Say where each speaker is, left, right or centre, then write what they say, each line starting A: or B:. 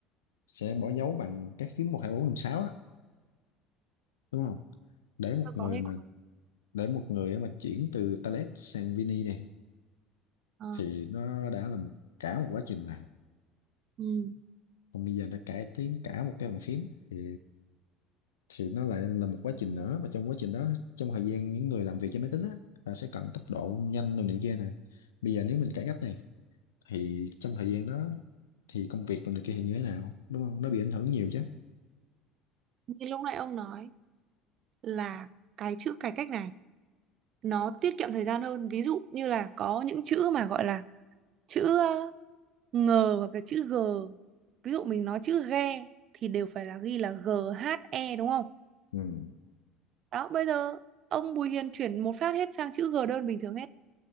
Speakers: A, on the left; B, on the right.
A: sẽ bỏ dấu bằng các phím một hai bốn năm sáu á đúng không để một
B: tôi
A: người
B: có nghe
A: mà
B: qua
A: để một người á mà chuyển từ Talet sang Vini này
B: Ờ,
A: thì nó đã là một cả một quá trình này
B: ừ.
A: còn bây giờ đã cải tiến cả một cái bàn phím thì thì nó lại là một quá trình nữa mà trong quá trình đó trong thời gian những người làm việc trên máy tính á ta sẽ cần tốc độ nhanh đồ này kia nè bây giờ nếu mình cải cách này thì trong thời gian đó thì công việc rồi này kia thì như thế nào đúng không nó bị ảnh hưởng nhiều chứ
B: như lúc nãy ông nói là cái chữ cải cách này nó tiết kiệm thời gian hơn ví dụ như là có những chữ mà gọi là chữ ờ, ngờ hoặc là chữ g ví dụ mình nói chữ ghe thì đều phải là ghi là g h e đúng không
A: ừ.
B: đó bây giờ ông Bùi Hiền chuyển một phát hết sang chữ g đơn bình thường hết